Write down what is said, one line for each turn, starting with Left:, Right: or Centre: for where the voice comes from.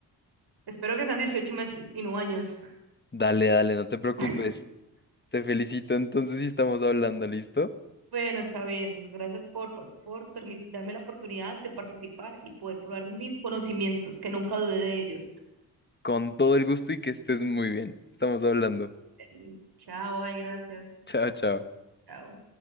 Right: Espero que sean 18 meses y no años.
Left: Dale, dale, no te preocupes.
Right: <laughs>
Left: Te felicito entonces y estamos hablando, ¿listo?
Right: Bueno, está bien, gracias por, por, por permit- darme la oportunidad de participar y poder probar mis conocimientos, que nunca dudé de ellos.
Left: Con todo el gusto y que estés muy bien. Estamos hablando.
Right: Em, Chao, ay, gracias.
Left: Chao, chao.
Right: Chao.